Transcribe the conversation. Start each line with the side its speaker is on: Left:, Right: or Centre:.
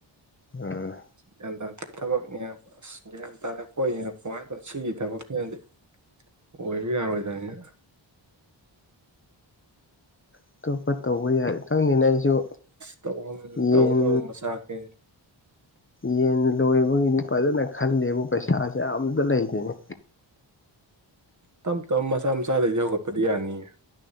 Left: ꯎꯝ
Right: ꯒꯌ꯭ꯥꯟ ꯇꯥꯗꯦ ꯊꯕꯛꯅꯦꯑ ꯑꯁ ꯒ꯭ꯌꯥꯟ ꯇꯥꯗꯦ ꯈꯣꯏꯖꯤꯅ ꯀꯃꯥꯏꯅ ꯇꯧ ꯁꯤꯒꯤ ꯊꯕꯛꯁꯤꯅꯗꯤ ꯑꯣꯏꯌꯨ ꯌꯥꯔꯣꯏꯗꯕꯅꯤꯅ
Left: ꯑꯇꯣꯞꯄ ꯇꯧꯕ ꯌꯥꯏ ꯈꯪꯗꯦꯅ ꯑꯩꯖꯨ
Right: ꯇꯧꯐꯝ
Left: ꯌꯦꯟ
Right: ꯇꯧꯅꯕ ꯃꯆꯥꯛꯁꯦ
Left: ꯌꯦꯟ ꯂꯣꯏꯕꯒꯤꯅꯤ ꯐꯖꯅ ꯈꯜꯂꯦꯕꯨ ꯄꯩꯁꯥꯖꯦ ꯑꯝꯇ ꯂꯩꯇꯦꯅꯦ
Right: ꯇꯞ ꯇꯞꯅ ꯃꯆꯥ ꯃꯆꯥꯗꯩꯗꯤ ꯍꯧꯒꯠꯄꯗꯤ ꯌꯥꯅꯤꯌꯦ